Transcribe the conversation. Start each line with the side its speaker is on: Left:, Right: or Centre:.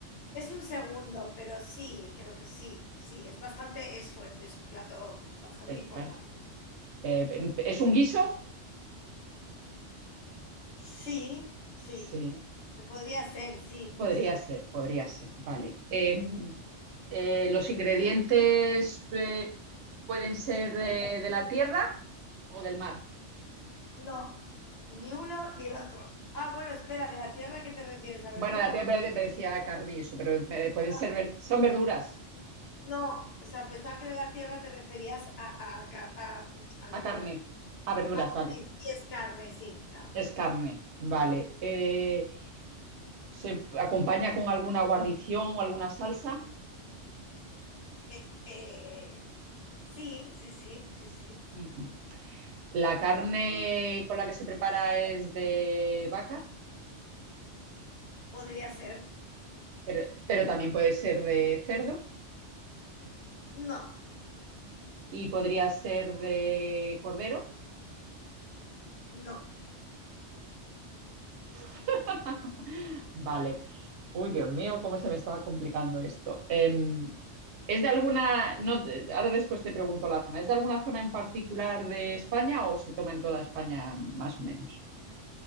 Left: Es un segundo, pero sí, creo que sí. Sí, es bastante, es fuerte, es un plato bastante
Right: Es,
Left: importante.
Right: fuerte. Eh, ¿es un guiso?
Left: Sí, sí.
Right: Sí.
Left: Podría ser, sí,
Right: Podría
Left: sí.
Right: ser, podría ser, vale. Eh, eh, ¿los ingredientes eh, pueden ser eh, de la tierra o del mar?
Left: No, ni uno ni el otro. Ah, bueno, espera, ¿de la tierra a qué te refieres? ¿A verduras?
Right: Bueno, de la tierra me me decía carne y eso, pero eh, pueden
Left: Ah,
Right: ser, ver- son verduras,
Left: no, o sea, pensaba que de la tierra te referías a, a ca- a- a verduras.
Right: a carne, a verduras,
Left: Ah,
Right: vale.
Left: ok, sí, es carne, sí, carne.
Right: Es carne, vale. Eh, ¿se acompaña con alguna guarnición o alguna salsa?
Left: Eh, eh, sí, sí, sí, sí, sí.
Right: Ujú. La carne con la que se prepara es de vaca,
Left: Podría ser.
Right: pero, pero también puede ser de cerdo.
Left: No,
Right: ¿Y podría ser de cordero?
Left: no.
Right: <laughs> Vale. Uy, Dios mío, cómo se me estaba complicando esto. Em, ¿es de alguna, no, de- ahora después te pregunto la zona, ¿es de alguna zona en particular de España o se toma en toda España más o menos?